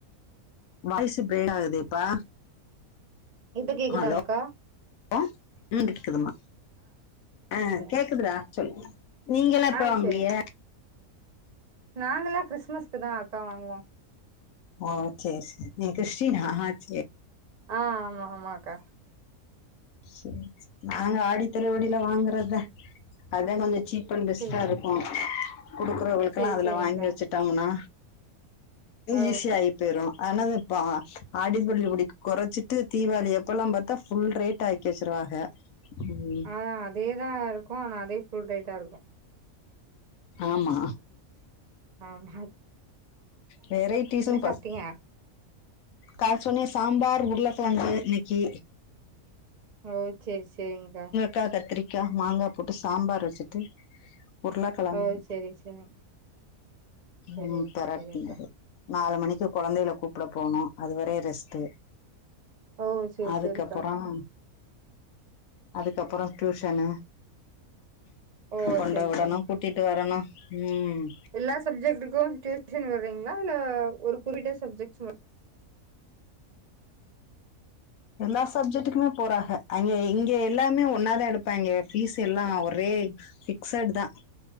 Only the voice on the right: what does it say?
இப்ப கேக்குதாங்கா
சரிங்க.
ஆ
சரிங்க நாங்கல்லா கிறிஸ்மஸ்கு தா அக்கா வாங்குவோ
ஆ ஆமா ஆமாக்கா
சரி
சரி
சரிங்க்கா
ஓ
ஆ அதேதா இருக்கு ஆனா அதே ஃபுல் ரேட்டா இருக்கு
ஆமா
சாப்ட்டீங்க
ஓ செரி சேரிங்கா
ஓ செரி செரி செரி
அக்கா
செரி அக்கா
ஓ செரி
செரிக்கா
ஓ
செரி
செரிங்க்கா
எல்லா சப்ஜெக்டுக்கு டியூஷன் வர்றீங்களா இல்ல ஒரு குறிட்ட சப்ஜெக்ட்